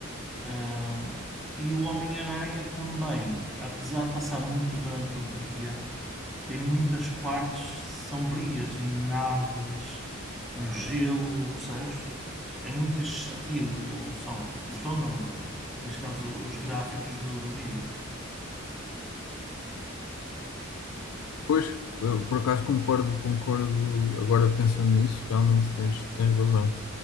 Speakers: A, in the centre; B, on the left.
A: hum, e o Homem-Aranha também, apesar de passar muito durante o dia, tem muitas partes sombrias em naves, no gelo, percebes? É muito esse estilo o som. O som não. Neste caso, os gráficos do, do vídeo.
B: Pois, eh, por acaso concordo, concordo, agora pensando nisso, realmente tens, tens razão.